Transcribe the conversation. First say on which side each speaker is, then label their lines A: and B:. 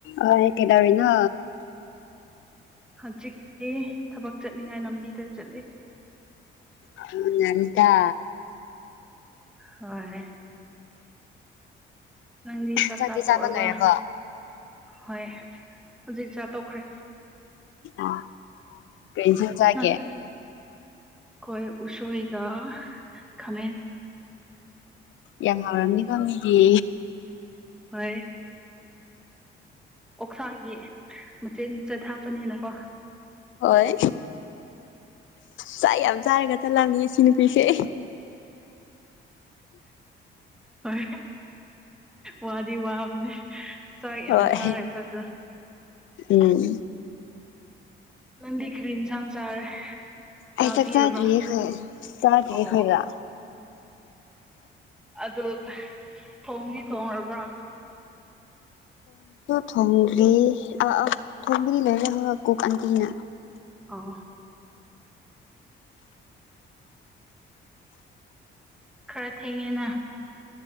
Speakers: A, on the left; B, in the centre.
A: ꯑ ꯍꯦ ꯀꯗꯕꯔꯤꯅ
B: ꯍꯧꯆꯛꯁꯦ ꯊꯕꯛ ꯆꯠꯅꯤꯡꯉꯥꯏ ꯂꯝꯕꯤꯗ ꯆꯠꯂꯦ
A: ꯑ ꯅꯟꯗꯥ
B: ꯍꯣꯏ ꯅꯪꯗꯤ ꯆꯥꯛ
A: ꯆꯥꯛꯇꯤ
B: ꯆꯥ ꯇꯣꯛꯔꯕ꯭ꯔ
A: ꯆꯥꯕ ꯂꯣꯏꯔꯕꯣ
B: ꯍꯣꯏ ꯍꯧꯖꯤꯛ ꯆꯥ ꯇꯧꯈ꯭ꯔꯦ
A: ꯑ ꯀꯁ ꯆꯀꯦ
B: ꯅꯪ ꯑꯩꯈꯣꯏ ꯎꯁꯣꯏꯒ ꯈꯃꯦꯟ
A: ꯌꯥꯝ ꯍꯥꯎꯔꯝꯅꯤꯀ ꯃꯤꯗꯤ
B: ꯍꯣꯏ ꯑꯣꯛꯁꯥꯒꯤ ꯃꯆꯦ ꯃꯆꯥ ꯊꯞꯄꯅꯤꯅꯀꯣ
A: ꯍꯣꯏ ꯆꯥꯛ ꯌꯥꯝ ꯆꯥꯔꯒ ꯆꯠꯂꯝꯅꯤ ꯁꯤꯅꯤ ꯄꯤꯁꯦ
B: ꯍꯣꯏ ꯋꯥꯗꯤ ꯋꯥꯕꯅꯦ ꯆꯥꯛ ꯌꯥꯝ
A: ꯍꯣꯏ
B: ꯁꯥꯔꯦ ꯆꯠ
A: ꯎꯝ
B: ꯅꯟ ꯀ꯭ꯔꯤꯟꯖ ꯆꯥꯔꯦ ꯆꯥꯕꯤꯔꯕ꯭ꯔꯥ
A: ꯑꯩ ꯆꯥꯛ ꯆꯥꯗ꯭ꯔꯤꯌꯦ ꯑꯩꯈꯣꯏ ꯆꯥꯗ꯭ꯔꯤ
B: ꯑꯣ
A: ꯑꯩꯈꯣꯏꯔ
B: ꯑꯗꯨ ꯊꯣꯡꯗꯤ ꯊꯣꯡꯉꯕ꯭ꯔꯥ
A: ꯊꯣꯡꯒꯔꯤ ꯑ ꯊꯣꯡꯒꯔꯤ ꯂꯩꯔꯦ ꯍꯣꯏ ꯀꯣꯛ ꯀꯅ
B: ꯑꯣ ꯈꯔ ꯊꯦꯡꯉꯦꯅ